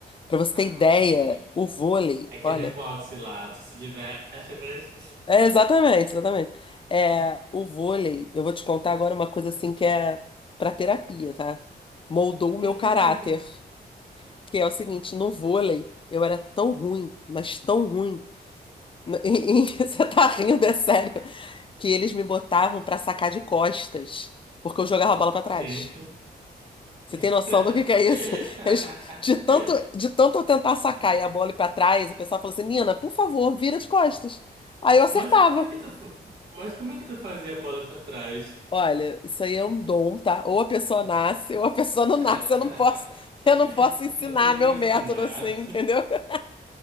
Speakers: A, on the left; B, on the right.
A: Pra você
B: Ah,
A: ter ideia,
B: sim.
A: o vôlei,
B: É que
A: olha,
B: nem boxe lá. Tu se diverte, mas...
A: é exatamente, exatamente. É, o vôlei, eu vou te contar agora uma coisa assim que é pra terapia, tá? Moldou o meu
B: <laughs>
A: caráter, que é o seguinte, no vôlei eu era tão ruim, mas tão ruim. <laughs> E, e você tá rindo, é sério, que eles me botavam pra sacar de costas, porque eu jogava a bola pra trás.
B: Gente.
A: Você tem
B: <laughs>
A: noção do que que é isso? <laughs> Eles- De tanto, de tanto eu tentar sacar e a bola ir pra trás, o pessoal falou assim: Nina, por favor, vira de costas. Aí eu acertava.
B: Mas como é que tu, fa- mas como é que tu fazia a bola pra trás?
A: Olha, isso aí é um dom, tá? Ou a pessoa nasce, ou a pessoa não
B: <laughs>
A: <laughs> nasce. Eu não posso, eu não posso ensinar
B: Não tem como
A: meu
B: ensinar.
A: método assim, entendeu? <laughs>